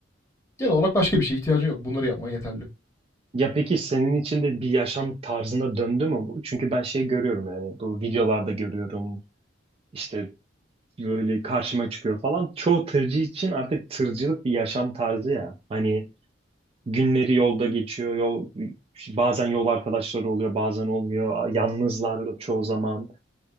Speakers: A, on the left; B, on the right.
A: Genel olarak başka bir şeye ihtiyacın yok. Bunları yapman yeterli.
B: Ya peki senin için de bir yaşam tarzına döndü mü bu? Çünkü ben şey görüyorum yani bu videolarda görüyorum. işte böyle karşıma çıkıyor falan. Çoğu tırcı için artık tırcılık bir yaşam tarzı ya. Hani günleri yolda geçiyor, yol bazen yol arkadaşları oluyor, bazen olmuyor. Yalnızlar çoğu zaman.